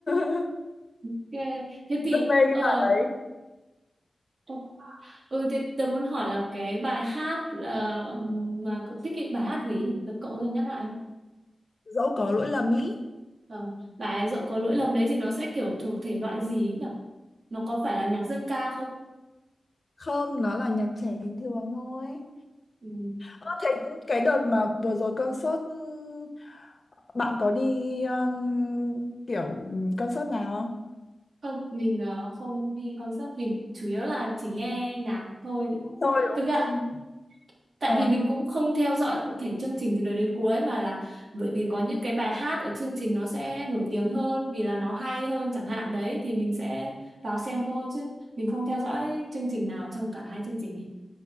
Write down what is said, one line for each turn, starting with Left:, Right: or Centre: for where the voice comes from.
Left: <laughs>
Right: Ok. thế thì
Left: Rất mê cái
Right: ờ
Left: bài đấy
Right: ok. ừ, thế tớ muốn hỏi là cái bài hát ờ, mà cậu thích cái bài hát gì nhỉ cậu có thể nhắc lại không?
Left: Dẫu có lỗi lầm ý
Right: Ờ, bài dẫu có lỗi lầm đấy thì nó sẽ kiểu thuộc thể loại gì ấy nhỉ nó có phải là nhạc dân ca không
Left: Không, nó là nhạc trẻ bình thường thôi
Right: ừ.
Left: Ơ thế cái đợt mà vừa rồi concert um, Bạn có đi um, kiểu ừm, concert nào không?
Right: không mình ờ, không đi concert mình chủ yếu là chỉ nghe nhạc thôi
Left: Tôi đúng
Right: thực
Left: không?
Right: ra
Left: Trên...
Right: tại
Left: ờ
Right: vì mình cũng không theo dõi cụ thể chương trình từ đầu đến cuối mà là bởi vì có những cái bài hát ở chương trình nó sẽ nổi tiếng hơn vì là nó hay hơn chẳng hạn đấy thì mình sẽ vào xem thôi chứ mình không theo dõi chương trình nào trong cả hai chương trình ấy.